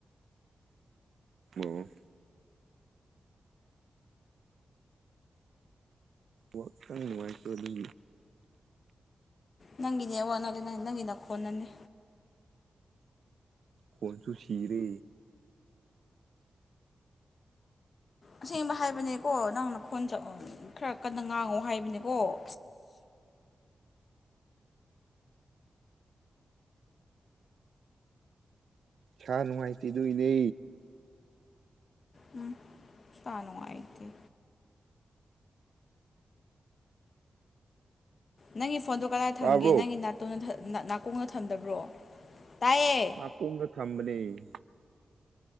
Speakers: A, on the right (about 80°); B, on the left (about 45°).
A: ꯑꯣ ꯋꯥꯇꯪ ꯅꯨꯡꯉꯥꯏꯇꯗꯤ
B: ꯅꯪꯒꯤꯅꯦ ꯋꯥꯠꯅꯂꯦ ꯅꯪ ꯅꯪꯒꯤꯅ ꯈꯣꯟꯅꯅꯦ
A: ꯀꯆꯨ ꯆꯤꯔꯦ
B: ꯑꯁꯦꯡꯕ ꯍꯥꯏꯕꯅꯦꯀꯣ ꯅꯪꯅ ꯈꯣꯟ ꯈꯔ ꯀꯟꯅ ꯉꯥꯡꯉꯣ ꯍꯥꯏꯕꯅꯦꯀꯣ ꯑ
A: ꯁꯥ ꯅꯨꯡꯉꯥꯏꯇꯦ ꯗꯣꯏꯅꯦ
B: ꯎꯝ ꯐꯅꯨꯥꯏꯗꯤ ꯅꯪꯒꯤ ꯐꯣꯟꯗꯣ ꯀꯗꯥꯏ
A: ꯇꯥꯕ꯭ꯔꯣ
B: ꯊꯝꯒꯦ ꯅꯪꯒꯤ ꯇ ꯅꯥꯀꯣꯡꯅ ꯊꯝꯗꯕ꯭ꯔꯣ ꯇꯥꯏꯌꯦ
A: ꯀꯨꯡꯒ ꯊꯝꯕꯅꯤ